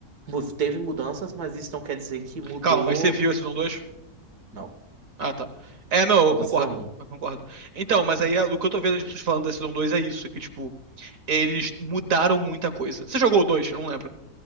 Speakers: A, on the right; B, on the right.
A: mu- teve mudanças, mas isso não quer dizer que mudou.
B: Calma, mas você viu a Season 2?
A: Não,
B: Ah, tá. É, não,
A: quando
B: eu concordo,
A: a Season 1.
B: eu concordo. Então, mas aí é- o que eu tô vendo as pessoas falando da Season 2 é isso, que, tipo, eles mudaram muita coisa. Você jogou o 2? Eu não lembro.